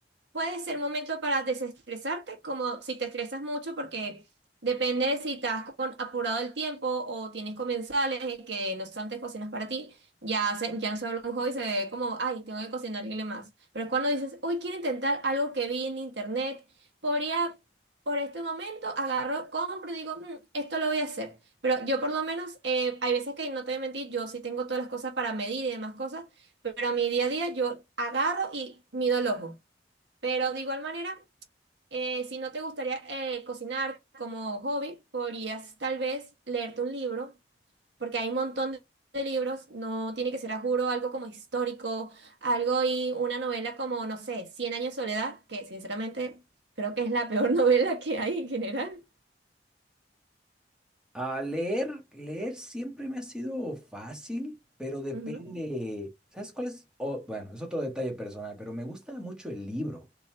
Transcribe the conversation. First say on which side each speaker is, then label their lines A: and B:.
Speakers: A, on the right; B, in the centre.
A: puede ser momento para desestresarte, como si te estresas mucho, porque depende de si estás con apurado el tiempo o tienes comensales que no son antes cocinas para ti, ya, se- ya no se vuelve un hobby, se ve como, ay, tengo que cocinarle más. Pero es cuando dices, hoy quiero intentar algo que vi en internet, podría, por este momento, agarro, compro y digo, "Mm, esto lo voy a hacer. Pero yo por lo menos, eh, hay veces que no te voy a mentir, yo sí tengo todas las cosas para medir y demás cosas, pero a mi día a día yo agarro y mido el ojo. Pero de igual manera, eh, si no te gustaría eh, cocinar como hobby, podrías tal vez leerte un libro, porque hay un montón de de libros, no tiene que ser a juro algo como histórico, algo y una novela como, no sé, Cien años de soledad, que sinceramente creo que es la peor <laughs> novela que hay en general.
B: A leer, leer siempre me ha sido fácil, pero depende.
A: Ujú,
B: ¿Sabes cuál es? Oh, bueno, es otro detalle personal, pero me gusta mucho el libro.